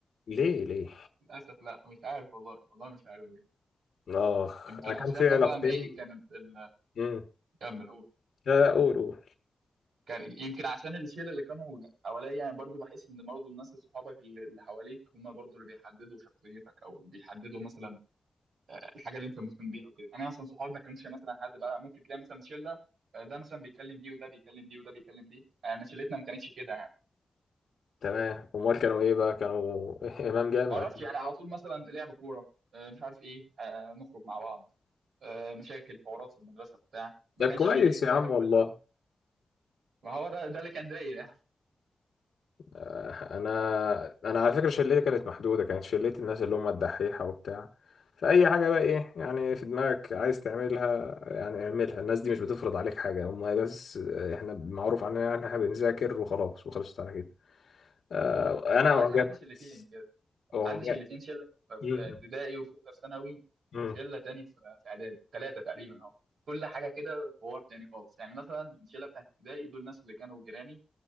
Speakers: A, on the left; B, on the right.
A: ليه ليه
B: للاسف لا مش عارف والله والله مش عارف بجد.
A: آخ
B: يمكن
A: أنا كان
B: عشان
A: في
B: مثلا
A: علاقتين
B: ايه كانت ال...
A: امم
B: كمل
A: لا لا قول قول
B: كان يمكن عشان الشله اللي كانوا حواليا يعني برضو بحس ان برضو الناس صحابك اللي اللي حواليك هم برضو اللي بيحددوا شخصيتك او بيحددوا مثلا آه، الحاجه اللي انت مهتم بيها وكده انا مثلا صحابي ما كانش مثلا حد بقى ممكن تلاقي مثلا شله آه، ده مثلا بيكلم دي وده بيكلم دي وده بيكلم دي آه، انا شلتنا ما كانتش كده يعني
A: تمام أمال كانوا إيه بقى كانوا <laughs> إمام جامعي
B: ما اعرفش يعني على طول مثلا لعب كوره آه، مش عارف ايه آه، نخرج مع بعض آه، مشاكل حوارات في المدرسه بتاع ما
A: طب
B: كانش
A: كويس
B: في كده
A: يا عم
B: جو
A: والله
B: ال- ما هو ده ده اللي كان داير يعني
A: آه، انا انا على فكره شلتي كانت محدوده كانت شلتي الناس اللي هم الدحيحه وبتاع فاي حاجه بقى ايه يعني في دماغك عايز تعملها يعني اعملها الناس دي مش بتفرض عليك حاجه هم بس آه، احنا معروف عننا ان احنا بنذاكر وخلاص وخلصت على كده آه، انا
B: انا
A: اعجبت
B: كان عندي شلتين كده
A: اعجبت
B: عندي شلتين شله في
A: مم،
B: ابتدائي وشله في ثانوي
A: مم،
B: وشله تاني في في اعدادي ثلاثه تقريبا اهو كل حاجه كده حوار تاني خالص يعني مثلا الشله بتاعت ابتدائي دول الناس اللي كانوا جيراني